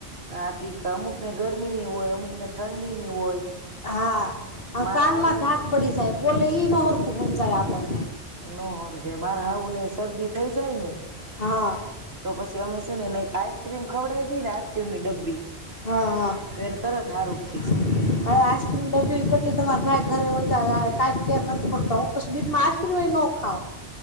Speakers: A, on the right; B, on the left.
A: નાથી અમુક ને ગરમી ની હોય, અમુક ને ઠંડી ની હોય.
B: હા.
A: મારા
B: કાનમાં
A: હાહુ
B: ધાક
A: ને
B: પડી જાય બોલે ઈ ન હરકું હમજાય આપણ
A: ન સમજે. માર હાહુને શરદી થઈ જાય, ને
B: હા
A: તો પછી તેઅમે છે ને એક આઈસક્રીમ ખવડાવી દી ને આઈસક્રીમ ની ડબ્બી
B: હા હા.
A: તો એને તરત હારું
B: હવે
A: થઈ જાય
B: આઈસ્ક્રીમ ડબી કેટલી તમારી ભાઈ ઘરે હોતા આવે કઈ ફેર નથ પડતા. હું પસ બીક માં આઈસ્ક્રીમ ન ખાઉ.